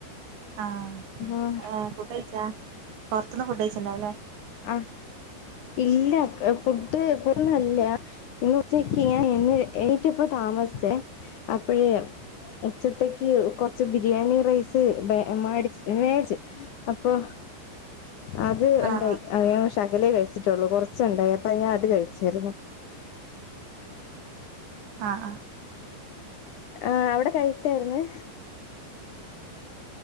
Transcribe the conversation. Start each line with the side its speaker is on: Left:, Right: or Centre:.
Right: ആ
Left: ആഹ്
Right: ഏ ഫുഡഴ്ച്ചാ? പൊറത്തുന്ന് ഫുഡ് കയ്ച്ചിണ്ടാവുല്ലേ?
Left: ആഹ് ഇല്ല ക്ക ഫുഡ് പോന്നല്ല. ഇന്ന് ഉച്ചക്ക് ഞാൻ ഇന്ന് ഏണീറ്റപ്പോ താമസിച്ചേ. അപ്പഴേ ഉച്ചത്തേക്ക് കൊറച്ച് ബിരിയാണി റൈസ് മേ മേടി മേടിച്ചു. അപ്പൊ അത്
Right: ആഹ്
Left: ഉണ്ടായി
Right: ആഹ്
Left: അയ ശകലേ കഴിച്ച് പുള്ളൂ കൊറച്ചുണ്ടായി അപ്പ ഞാൻ അത് കഴിച്ചിരുന്നു
Right: ആഹ് ആഹ്
Left: ആഹ് അവടെ കഴിച്ചാരിന്ന്